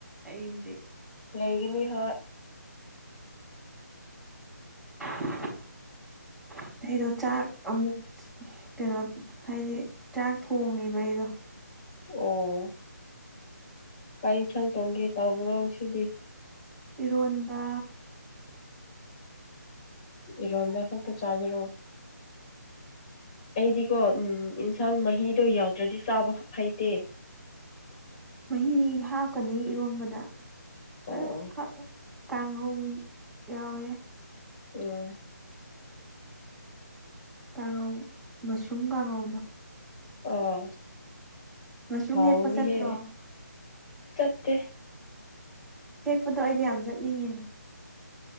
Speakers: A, in the centre; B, on the left.
A: ꯑꯩꯗꯤ
B: ꯂꯩꯒꯅꯤ ꯍꯣꯏ
A: <unintelligible> ꯑꯩꯗꯣ ꯆꯥꯛ ꯑꯃꯨꯛ ꯀꯩꯅꯣ ꯍꯥꯏꯗꯤ ꯆꯥꯛ ꯊꯣꯡꯉꯦꯕ ꯑꯩꯗꯣ
B: ꯑꯣ ꯀꯥꯏ ꯌꯦꯟꯁꯥꯡ ꯇꯣꯡꯒꯦ ꯇꯕ꯭ꯔꯣ ꯁꯤꯗꯤ
A: ꯏꯔꯣꯟꯕ
B: ꯏꯔꯝꯗꯥ ꯈꯜ ꯀ ꯆꯥꯗꯔꯣ ꯑꯩꯗꯤꯀꯣ ꯎꯝ ꯑꯦꯟꯁꯥꯡ ꯃꯍꯤꯗꯣ ꯌꯥꯎꯗ꯭ꯔꯗꯤ ꯆꯥꯕ ꯍꯩꯇꯦ
A: ꯃꯍꯤ ꯍꯥꯞꯀꯅꯤ ꯏꯔꯣꯟꯝꯕꯗ
B: ꯑꯣ
A: ꯑꯗꯨ <unintelligible> ꯀꯥꯡꯍꯧ ꯌꯥꯎꯋꯦ
B: ꯎꯝ
A: ꯀꯥꯡꯉꯧ ꯃꯁꯔꯨꯝ ꯀꯥꯡꯉꯧꯗꯣ
B: ꯑꯥ
A: ꯃꯁꯔꯨꯝꯝꯅꯤ
B: ꯍꯥꯎꯅꯤꯍꯦ
A: ꯌꯦꯛꯄ ꯆꯠꯇ꯭ꯔꯣ
B: ꯆꯠꯇꯦ
A: ꯍꯦꯛꯄꯗꯣ ꯑꯩꯗꯤ ꯌꯥꯝ ꯆꯠꯅꯤꯡꯉꯤꯅꯦ